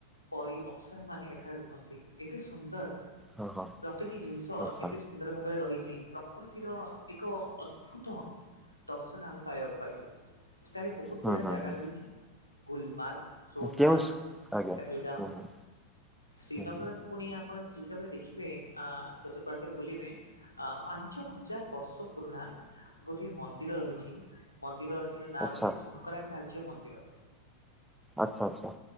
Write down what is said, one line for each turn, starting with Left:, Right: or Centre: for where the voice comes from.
Left: ପରି ଅପ୍ସରା ମାନେ ଏଠାରେ ରୁହନ୍ତି ଏତେ ସୁନ୍ଦର।
Centre: ହଁ ହଁ
Left: ପ୍ରତିଟି ଜିନିଷ
Centre: ଆଚ୍ଛା
Left: ଏତେ ସୁନ୍ଦର ଭାବରେ ରହିଛି। ପ୍ରକୃତିର ଏକ ଅଦ୍ଭୁତ ଦର୍ଶନ ଆମେ ପାଇବାକୁ ପାଇଲୁ। ସେଠାରେ ବହୁତ
Centre: ହୁଁ
Left: ଗୁଡ଼ାଏ
Centre: ହୁଁ
Left: ଜାଗା
Centre: ହୁଁ
Left: ରହିଛି ଗୁଲମାର୍ଗ, ସୋନମାର୍ଗ,
Centre: କେଉଁ ଆଜ୍ଞା
Left: ପେହେଲଗାମ,
Centre: ହୁଁ ହୁଁ
Left: ଶ୍ରୀନଗର
Centre: ହୁଁ ହୁଁ
Left: ପୁଣି ଆପଣ ଯେତେବେଳେ ଦେଖିବେ ଆ ଚତୁଃପାର୍ଶ୍ଵରେ ବୁଲିବେ ଆ ପାଞ୍ଚ ହଜାର ବର୍ଷ ପୁରୁଣା ଗୋଟିଏ ମନ୍ଦିର ରହିଛି। ମନ୍ଦିରଟିର ନାଁ
Centre: ଆଚ୍ଛା
Left: ରହିଛି ଶଙ୍କରାଚାର୍ଯ୍ୟ ଚାର୍ଯ୍ୟ ମନ୍ଦିର।
Centre: ଆଚ୍ଛା, ଆଚ୍ଛା।